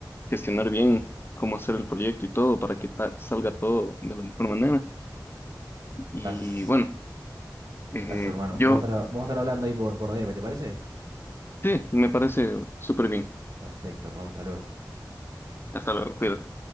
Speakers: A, on the left; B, on the right.
A: gestionar bien cómo hacer el proyecto y todo para que ta- salga todo de la mejor manera. Y
B: Gracias,
A: bueno, eh,
B: gracias, hermano.
A: yo
B: Vamos a estar, vamos a estar hablando ahí por, por DM, ¿te parece?
A: sí, me parece súper bien.
B: Perfecto, hermano, hasta luego.
A: Hasta luego, cuídate.